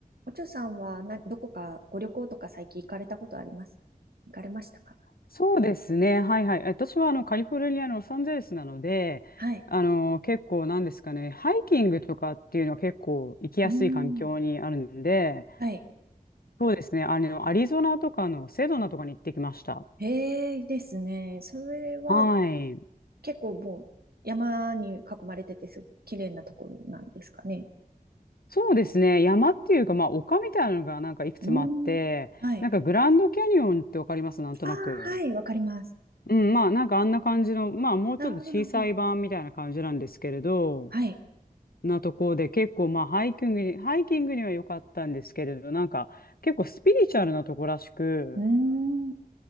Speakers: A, on the right (about 85°); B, on the left (about 75°).
A: おちょさんはな、どこかご旅行とか最近行かれたことあります行かれましたか
B: そうですね。はいはい。私はあのカリフォルニアのロサンゼルスなので、
A: はい。
B: あの結構なんですかね、ハイキングとかっていうのは結構行きやすい環境にあるんで、
A: うーん。はい。
B: そうですね。あのアリゾナとかのセドナとかに行ってきました。
A: へえ、ですね。それは
B: はい。
A: 結構もう山に囲まれててすごく綺麗なところなんですかね。
B: そうですね。山っていうか、まあ丘みたいなのがなんかいくつもあって、
A: うーん。はい。
B: なんかグランドキャニオンってわかりますなんとなく。
A: ああ、はい、わかります。
B: うん、まあなんかあんな感じの、まあもうちょっと小さい版みたいな感じなんですけれど、
A: なるほど、なるほど。はい。
B: なところで結構まあハイキングに、ハイキングには良かったんですけれど、なんか結構スピリチュアルなとこらしく、
A: うーん。